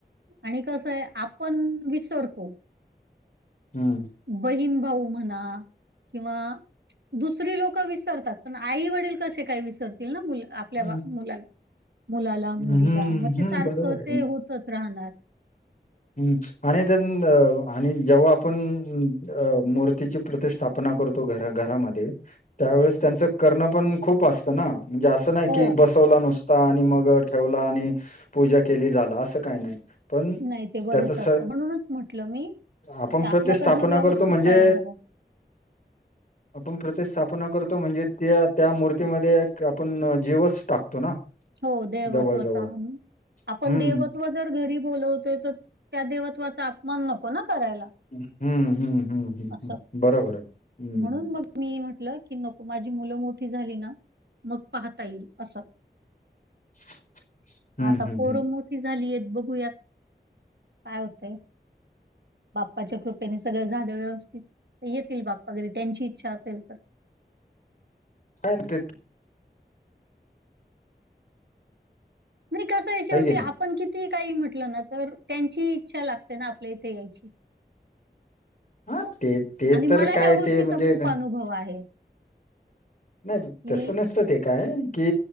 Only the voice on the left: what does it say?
हं,
हं,
हं,
हं.
बरोबर
हम्म, आणि त्या आणि जेव्हा आपण अ मूर्तीची प्रतिष्ठा स्थापना करतो घरा घरामध्ये त्यावेळेस त्यांचं करणं पण खूप असतं ना, म्हणजे असं अस नाय
की बसवला नुस आणि मग ठेवला आणि पूजा केली झाला असं काय नाय. पण
त्याचं स
आपण प्रतिस्थापना
करतो म्हणजे
आपण प्रतिस्थापना करतो म्हणजे, त्या त्या मूर्तीमध्ये एक आपण जीवस टाकतो ना.
जवळ-जवळ.
हं.
हम्म हम्म हम्म हम्म
हम्म बरोबर आहे हम्म
<inaudible>
हं.
यन ते <inaudible>
आहे की नाही
हा ते ते
तर
काय
ते म्हणजे
नाही
तसं नसतं ते काय, कि